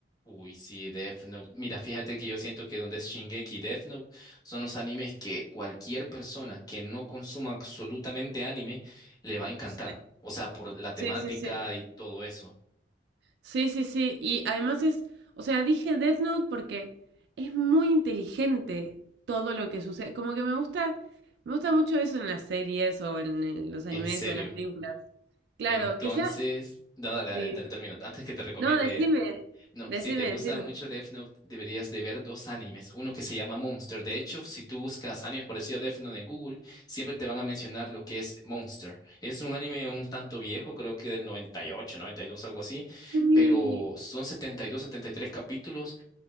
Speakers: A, on the left (about 20°); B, on the right (about 65°).
A: Uy, sí, Death Note. Mira, fíjate que yo siento que donde es Shingeki y Death Note son los animes que cualquier persona que no consuma absolutamente anime le va a encantar.
B: Sí,
A: O sea, por la temática
B: sí, sí.
A: y todo eso.
B: Sí, sí, sí. sí, Y además es, o sea, dije Death Note porque es muy inteligente todo lo que sucede. Como que me gusta, me gusta mucho eso en las series o en, en los animes
A: En serio.
B: o en las películas. Claro,
A: Entonces,
B: que sea,
A: no, dale, dale,
B: sí.
A: dale, termino. Antes que te recomiende
B: No, decime,
A: No,
B: decime,
A: si te gusta
B: decime.
A: mucho Death Note, deberías de ver dos animes. Uno que se llama Monster. De hecho, si tú buscas animes parecidos a Death Note en Google, siempre te van a mencionar lo que es Monster. Es un anime un tanto viejo, creo que del 98, 92, algo así,
B: Sí,
A: pero son 72, 73 capítulos